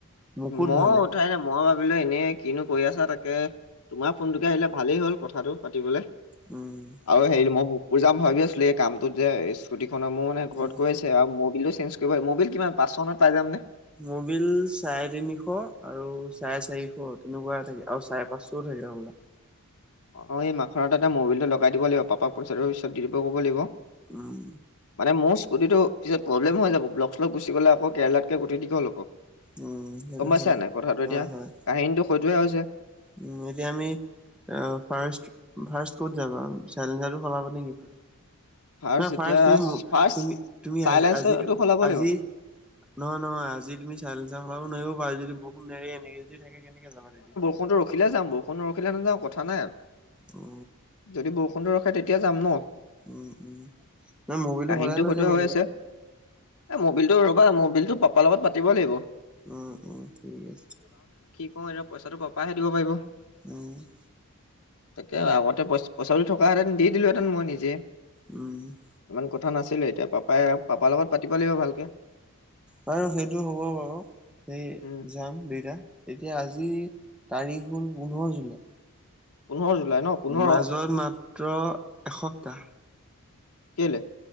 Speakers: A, in the centre; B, on the left.
A: মুখো
B: মইয়
A: ধোৱা
B: উঠাই নাই মইয় ভাবিলো এনেই কিনো কৰি আছা তাকে তোমাৰ ফোনটোকে আহিলে ভালেই হল কথাটো পাতিবলৈ
A: উম
B: আৰু হেৰি মই ভূপুৰ যাম ভাবি আছিলো এই কামটোত যে স্কুটিখনৰ মোৰ মানে
A: উম
B: ঘৰতৈছে আৰু মবিল টো চেঞ্জ কি ম'বিল কিমান পাঁচ মত পাই যাম নে
A: মবিল চাৰে তিনিশ আৰু চাৰে চাৰিশ তেনেকুৱা থাকে আৰু চাৰে পাঁচশও থাকে সবলা
B: অ এই মাখনত এটা মবিলটো লগাই দিব লাগিব পাপাক পইচাটো পিছত দি দিব ক'ব লাগিব
A: উম
B: মানে মোৰ স্কুটিটো পিছত প্ৰব্লেম হৈ যাব ব্লক্ল গুি গ'লে আক কেলাতকে গুটি দীঘল হব
A: উম সেইটো
B: গমাইছা
A: হয়
B: নাই কথাটো
A: হয়
B: এতিয়া
A: হয়
B: কাহিনীতটো সেইতোৱে হৈছে
A: উম এতিয়া আমি ফ ফ ক'ত যাবা চেলেঞ্জাৰটো সলাব নেকি
B: ফাৰ্ষ্ট
A: ন
B: এতিয়া
A: ফাৰ তুমি
B: ফাৰ্ষ্ট
A: তুমি তুমি
B: চাইলেঞ্চটো
A: আজি আজি
B: সলাব লাগিব
A: আজি নহয় নহয় আজি তুমি চাইেঞ্চ চ খলাব নোৱাৰিব পাৰি যদি বহুত নেৰে এনেকে যদি থাকে কেনেকে যানা তেদি
B: <unintelligible>
A: অ
B: যদি বৰষুণটো ৰখে তেতিয়া যাম ন
A: উম উম ম মবাইলটো
B: কাহিনীটো
A: সলাই লৈ
B: সেইটোৱে
A: যামে
B: হৈ
A: কিবা
B: আছে এ মবিলটো ৰ'বা মবিলটো পাপাৰ লগত পাতিবই লাগিব
A: অ অ ঠিক আছে
B: অ এতিয়া পইচাটোৰপাহহে দিব পাৰিব
A: উম
B: তাকে আগতে পই পইচাটো থকাাহেঁতেন দি দিলোহেঁতেন মই নিজে
A: উম
B: ইমান কথা নাছিলো এতিয়া পাপাই পাপাৰ লগত পাতিব লাগিব ভালকে
A: ব সেইটো হ'ব বাৰু সেই
B: উম
A: যাম দুইটা এতিয়া আজিৰ তাৰিখ হ'ল পোন্ধৰ জুলাই
B: পোন্ধৰ জুলাই ন পোন্ধৰ
A: মাজত মাত্ৰ এসপ্তাহ
B: কেলে